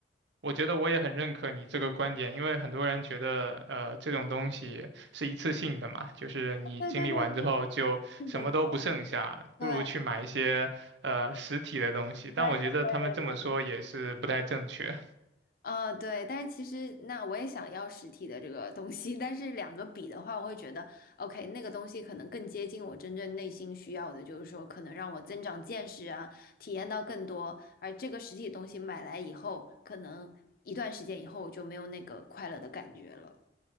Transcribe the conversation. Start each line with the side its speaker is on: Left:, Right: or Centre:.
Right: 我觉得我也很认可你这个观点，因为很多人觉得，呃，这种东西是一次性的嘛，就是你经历完之后就什么都不剩下，
Left: 对对对对是没错。对。
Right: 不如去买一些呃实体的东西。
Left: 对对对对对，
Right: 但我觉得他们这么说也是不太正确。
Left: 呃，对，但是其实那我也想要实体的这个东西，<laughs> 但是两个比的话，我会觉得，OK，那个东西可能更接近我真正内心需要的，就是说可能让我增长见识啊，体验到更多，而这个实体东西买来以后，可能一段时间以后我就没有那个快乐的感觉了。